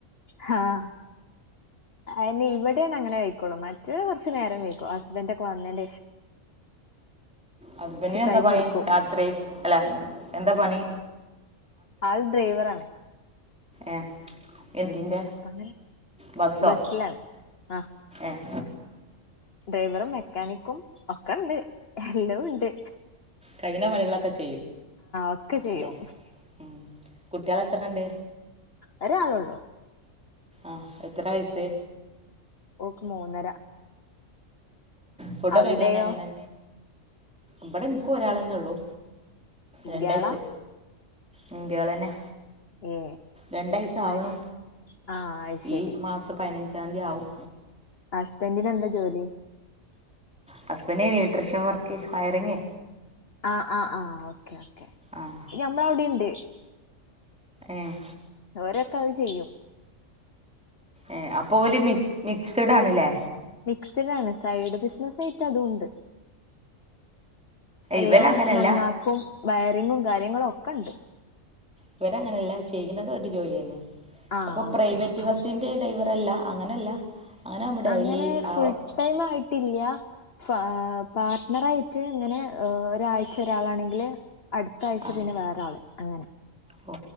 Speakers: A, on the left (about 50°); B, in the centre.
A: ഹാഹ് അയിനിവിടെയാണ് അങ്ങനെ കഴക്കോളൂ മറ്റെ കൊറച്ച് നേരം വൈകും ഹസ്ബൻഡറ് ഒക്കെ വന്നതിന്റെശേഷം
B: ഹസ്ബൻറിന് എന്താ
A: ടൈം
B: പണി
A: എടുക്കും
B: രാത്രി അല്ല എന്താ പണി
A: ആൾ ഡ്രൈവറാണ്
B: ഏഹ് എന്തിന്റെ
A: അപ്പ അങ്ങനെ
B: ബസ്സോ
A: ബസ്സിലാണ് ആഹ്
B: ഏഹ്
A: ഡ്രൈവറും മെക്കാനിക്കും ഒക്കെണ്ട് എല്ലാംണ്ട്
B: കഴിയണ പണികളൊക്കെ ചെയ്യും
A: ഒക്കെ ചെയ്യും
B: ല്ലെ ഉം കുട്ട്യാൾ എത്രണ്ട്
A: ഒരാളൊള്ളൂ
B: ആഹ് എത്ര വയസായ്
A: ഓൾക്ക് മൂന്നര
B: ഫുഡ
A: അവിടെയോ
B: കഴിക്കാനെ എങ്ങനെ ഇവിടെ ഇന്ക്കും ഒരാൾന്നെ ഒള്ളു
A: ഇയാളാ
B: രണ്ടയസ് ഉം ഗേളന്നെ
A: ഏ
B: രണ്ടയസ് ആവണൂ
A: അയ്ശ് ആഹ് അയ്ശരി
B: ഈ മാസ പതിനഞ്ചാംതീയാവും
A: ഹസ്ബൻറിന് എന്താ ജോലി
B: ഹസ്ബൻണ്ട് ഇലട്രീഷൻ വർക്ക് വയറിങ്ങ്
A: ആഹ് ആഹ് ആഹ് ഓക്കെ ഓക്കെ
B: ആഹ്
A: ഞമ്മളവിടെയുണ്ട്
B: ഏഹ്
A: അവരൊക്കെ അത് ചെയ്യും
B: ഏഹ് അപ്പോൾ ഓല് മി മിക്സഡ് ആണല്ലേ
A: മിക്സ്ഡ് ആണ് സൈഡ് ബിസിനസ്സ് ആയിട്ട് അതുംണ്ട് എല്ലാം
B: ഇവരങ്ങനല്ല
A: നന്നാക്കും വയറിങ്ങും കാര്യങ്ങളും ഒക്കെ ഉണ്ട്
B: ഇവരങ്ങനെയല്ല ചെയ്യണത് ഒരു ജോലി തന്നെ
A: ആഹ്
B: അപ്പൊ പ്രൈവറ്റ്
A: ഓക്കെ അങ്ങനെ
B: ബസിന്റെ ഡ്രൈവർ അല്ല അങ്ങനല്ല അങ്ങനെ ആകുമ്പോൾ ഡെയിലി
A: അങ്ങനെ ഫുൾ
B: ആ
A: ഫുൾടൈമായിട്ടില്ല എ പാർട്ണറായിട്ങ്ങനെ ഒരാഴ്ച ഒരാളാണെങ്കില് അടുത്താഴ്ച
B: ആ
A: പിന്നെ വേറെ ആള് അങ്ങനെ
B: ഓ